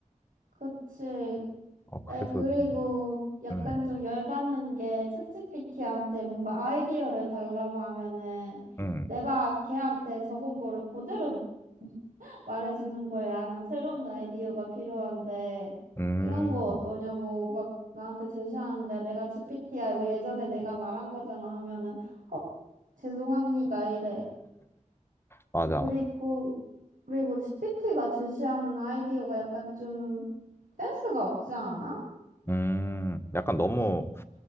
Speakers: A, on the right; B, on the left.
A: 그치.
B: 어, 그래서
A: 에 그리고
B: 좀,
A: 약간
B: 음,
A: 좀 열받는 게 챗GPT한테 뭔가 아이디어를 달라고 하면은
B: 음,
A: 내가 걔한테 적은 거를 그대로 말해주는 거야. 난 새로운 아이디어가 필요한데,
B: 음,
A: 이런 거 어떠냐고 막 나한테 제시하는데, 내가 GPT 알고 예전에 내가 말한 거잖아 하면은, 어, 죄송합니다 이래.
B: 맞아.
A: 그리고, 그리고 GPT가 제시하는 아이디어가 약간 좀 센스가 없지 않아?
B: 음, 약간 너무